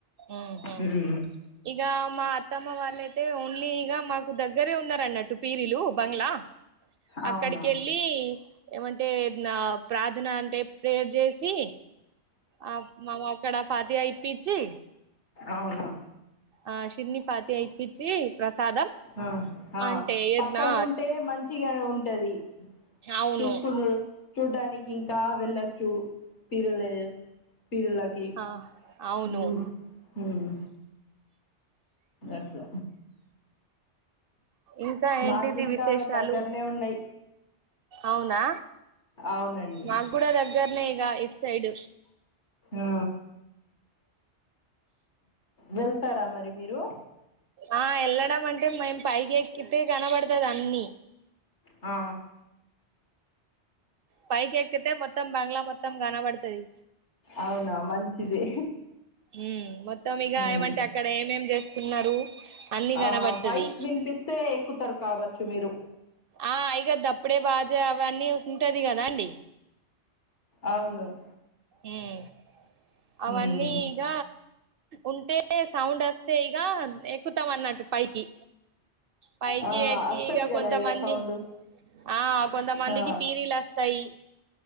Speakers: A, on the right; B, on the left.
A: ఊహూ
B: ఉ
A: ఇగ మా అత్తమ్మ వాళ్ళయితే ఓన్లీ ఇగ మాకు దగ్గరే ఉన్నారు అన్నట్టు పీరిలు బంగ్లా
B: అవునా
A: అక్కడికి ఎళ్ళి ళ్ళి ఏమంటే నా ప్రార్థన అంటే ప్రేయర్ చేసి ఆ మాము అక్కడ ఫాతియ ఇప్పించి
B: అవునా
A: ఆ షిర్నిఫాతియ ఇప్పిచ్చి ప్రసాదం
B: ఆ ఆ
A: అంటే
B: పక్క
A: నా
B: గా ఉంటే మంచి ఇగా ఉంటది
A: అవును
B: చూసుకునుడు చూడ్డానికి ఇంకా వెళ్ళొచ్చు పిరలే పిర్లకి
A: ఆ అవును
B: ఉమ్ ఉమ్ అట్ల
A: ఇంకా ఏంటిది
B: మాకి ఇంకా
A: విశేషాలు
B: దగ్గరనే ఉన్నాయి
A: అవునా
B: అవునండి
A: మాకు కూడా దగ్గరనే ఇగ ఇటు సైడ్
B: ఆ, వెళ్తారా మరి మీరు
A: ఆ వెళ్ళడం అంటే మేం పైకి ఎక్కితే కనపడుతది అన్ని
B: ఆ
A: పైకి ఎక్కితే మొత్తం బంగ్లా మొత్తం కనబడుతది
B: అవునా మంచిది
A: ఉ మొత్తం ఇగ
B: ఉమ్.
A: ఏమంటే అక్కడ ఏమేమేం చేస్తున్నారు అన్ని
B: ఆ
A: కనబడుతది
B: వాయిస్ వినిపిస్తే ఎక్కుతారు కావచ్చు మీరు
A: ఆ ఇగ దప్పుడే బాజ అవన్నీ ఉంటది కదా అండి
B: అవును
A: ఉమ్ అవన్నీ
B: ఉమ్.
A: ఇగ ఉంటే సౌండ్ వస్తే ఇగ ఎక్కుతాం అన్నట్టు పైకి పైకి
B: ఆ
A: ఎక్కి
B: వస్తది
A: ఇగ
B: కదా
A: కొంత మంది
B: సౌండ్
A: ఆ కొంతమందికి
B: ఆ
A: పీరీలు వస్తాయి